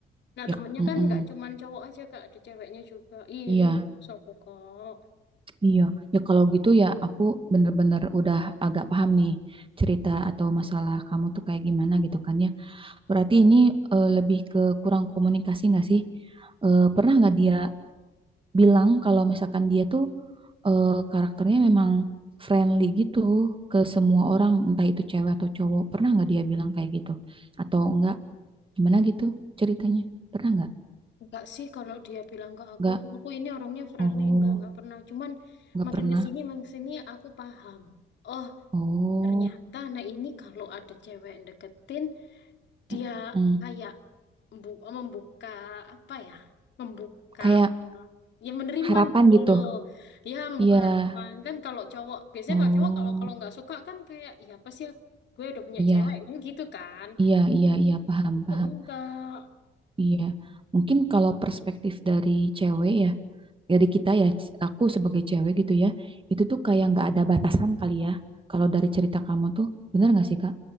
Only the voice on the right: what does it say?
ya
mm-mm.
Iya,
iya. Ya kalau gitu ya aku bener-bener udah agak paham nih cerita atau masalah kamu tuh kayak gimana gitu kan ya. Berarti ini eh, lebih ke kurang komunikasi nggak sih? Eh, pernah nggak dia bilang kalau misalkan dia tuh eh, karakternya memang friendly gitu ke semua orang, entah itu cewek atau cowok. Pernah nggak dia bilang kayak gitu? Atau enggak? Gimana gitu ceritanya? Pernah nggak?
Nggak.
Oh,
nggak
pernah.
Oh,
Mm-mm.
Kayak
harapan
gitu.
Iya.
Oh,
iya,
iya, iya, iya, paham,
paham.
Iya. Mungkin kalau perspektif dari cewek ya, dari kita ya aku sebagai cewek gitu ya itu tuh kayak nggak ada batasan kali ya kalau dari cerita kamu tuh bener nggak sih Kak?